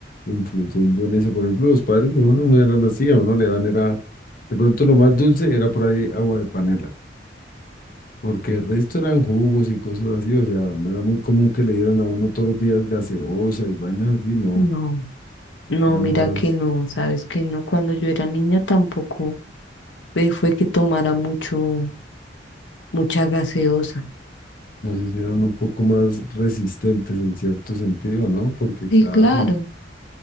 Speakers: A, on the left (about 50°); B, on the left (about 80°).
A: influyendo en eso. Por ejemplo, los padres de uno no eran así, a uno le dan era, de pronto lo más dulce era por ahí agua de panela, porque el resto eran jugos y cosas así, o sea, no era muy común que le dieran a uno todos los días gaseosa y vainas así, no,
B: No, no,
A: era
B: mira
A: más,
B: que no, sabes que no, cuando yo era niña tampoco eh, fue que tomara mucho, mucha gaseosa.
A: nos hicieron un poco más resistentes en cierto sentido, ¿no? Porque
B: Sí,
A: claro,
B: claro,